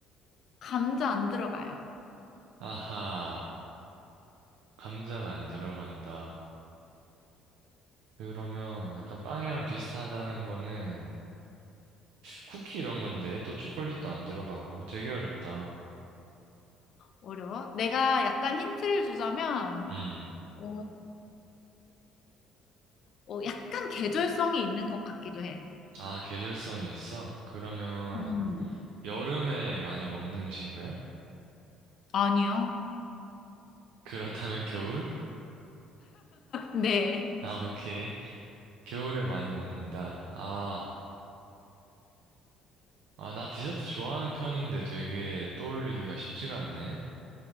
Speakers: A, on the left; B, on the right.
A: 감자 안 들어가요.
B: 아하, 감자가 안 들어간다. 그러면 약간 빵이랑 비슷하다는 거는 쿠키 이런 건데 또 초콜릿도 안 들어가고 되게 어렵다.
A: 어려워. 내가 약간 힌트를 주자면,
B: 음.
A: 어, 어, 약간 계절성이 있는 것 같기도 해.
B: 아, 계절성이 있어? 그러면
A: 음.
B: 여름에 많이 먹는 음식인가요? <laughs>
A: 아니요.
B: 그렇다면 겨울?
A: 네.
B: 아, 오케이. 겨울에 많이 먹는다. 아, 아, 나 디저트 좋아하는 편인데 되게 떠올리기가 쉽지가 않네.